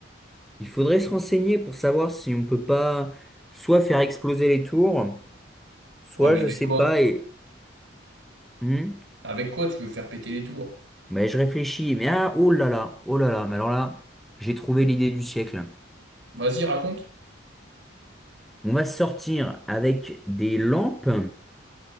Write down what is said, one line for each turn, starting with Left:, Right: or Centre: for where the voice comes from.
Centre: Il faudrait se renseigner pour savoir si on peut pas soit faire exploser les tours, soit
Right: Ouais, mais
Centre: je sais
Right: avec quoi?
Centre: pas et... Hmm
Right: Avec quoi tu veux faire péter les tours?
Centre: Mais je réfléchis, mais ah, oh là là, oh là là, mais alors là, j'ai trouvé l'idée du siècle.
Right: Vas-y, raconte.
Centre: On va sortir avec des lampes